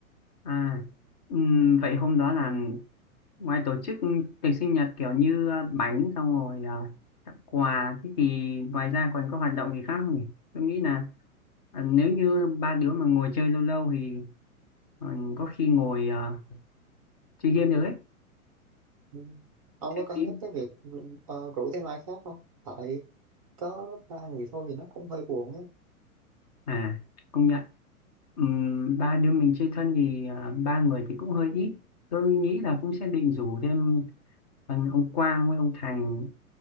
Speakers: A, on the left; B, on the right.
A: à ừm, vậy hôm đó là ngoài tổ chức tiệc sinh nhật kiểu như à, bánh xong rồi à, tặng quà thế thì ngoài ra còn có hoạt động gì khác không nhỉ tôi nghĩ là À, nếu như ba đứa mà ngồi chơi lâu lâu thì Ờ, có khi ngồi ờ, chơi game được ấy
B: Ừ. ông
A: xem
B: có cân
A: phim
B: nhắc cái việc ờ, rủ thêm ai khác không tại có ba người thôi thì nó cũng hơi buồn á
A: à công nhận Ừm, ba đứa mình chơi thân thì ờ, ba người thì cũng hơi ít tôi nghĩ là cũng sẽ định rủ thêm ờ, ông Quang với ông Thành